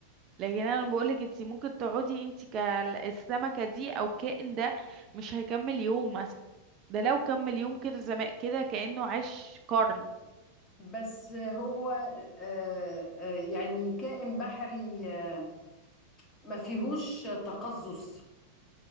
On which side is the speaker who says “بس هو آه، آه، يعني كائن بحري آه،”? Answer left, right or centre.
Left